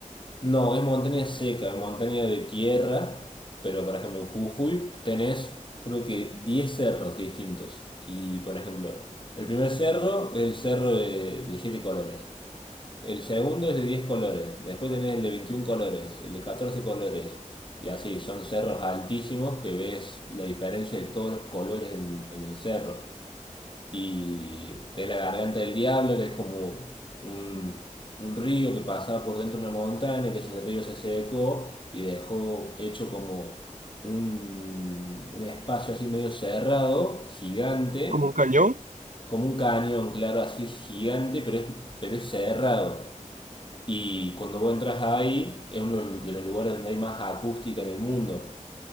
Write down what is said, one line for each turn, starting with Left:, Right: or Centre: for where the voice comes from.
Left: No, es montaña seca, es montaña de tierra. Pero por ejemplo en Jujuy tenés creo que 10 cerros distintos. Y por ejemplo, el primer cerro es el cerro de, de siete colores. El segundo es de 10 colores, después tenés el de 21 colores, el de 14 colores, y así, son cerros altísimos que ves la diferencia de todos los colores en, en el cerro. Y tenés la garganta del diablo, que es como un, un río que pasaba por dentro de una montaña, que ese río se secó y dejó hecho como un, un espacio así medio cerrado, gigante,
Right: como un cañón.
Left: como un cañón, claro, así gigante, pero es, pero es cerrado. Y cuando vos entras ahí, es uno de los lugares donde hay más acústica en el mundo.